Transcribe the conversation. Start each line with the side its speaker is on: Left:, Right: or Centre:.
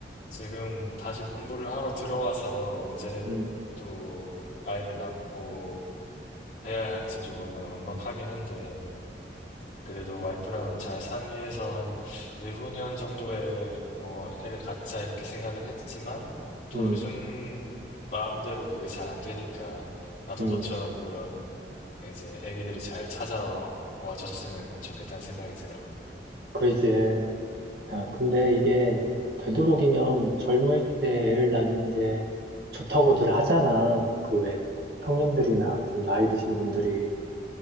Left: 지금 다시 공부를 하러 들어와서 언제
Right: 음,
Left: 또 아이를 낳고 해야 할지 조금 막막하긴 한데, 그래도 와이프랑 잘 상의해서 한 내후년 정도에 뭐 애를 갖자 이렇게 생각은 했지만, 또
Right: 음,
Left: 요즘 마음대로 그게 잘 안 되니까, 나도
Right: 음.
Left: 너처럼 그런 이제 애기들이 잘 찾아와 줬으면 좋겠다는 생각이 들어.
Right: 그러지. 야, 근데 이게 되도록이면 젊을 때 애를 낳는 게 좋다고들 하잖아. 그 왜 형님들이나 좀 나이 드신 분들이.